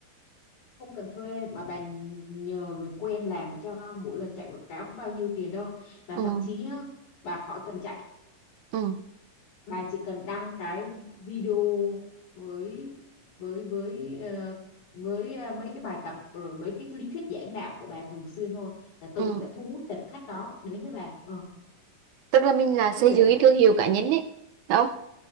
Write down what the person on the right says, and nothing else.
ừ
ừ
ừ
tức là mình là
xây
dựng cái
thương hiệu cá nhân ấy phải không